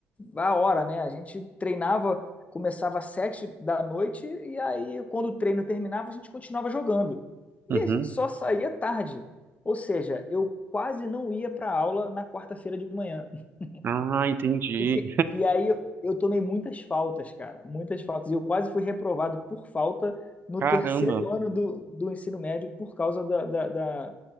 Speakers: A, on the left; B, on the right.
A: a hora, né? A gente treinava, começava às sete da noite e aí quando o treino terminava a gente continuava jogando. E
B: uhum.
A: a gente só saía tarde. Ou seja, eu quase não ia para aula na quarta-feira de manhã. <laughs>
B: Ah, entendi.
A: Porque- E aí eu, eu tomei muitas faltas, cara, muitas faltas. E eu quase fui reprovado por falta no
B: Caramba.
A: terceiro ano do, do ensino médio por causa da, da, da-